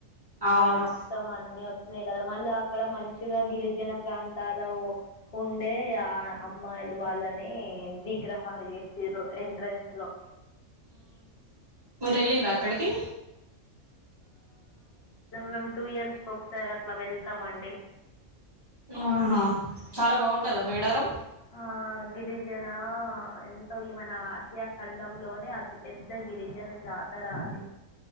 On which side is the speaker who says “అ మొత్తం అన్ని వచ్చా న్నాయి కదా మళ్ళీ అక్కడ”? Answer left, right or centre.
Left